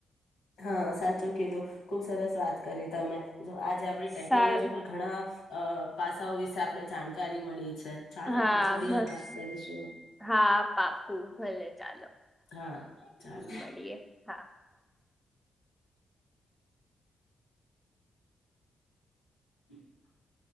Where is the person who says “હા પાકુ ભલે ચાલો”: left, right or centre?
Centre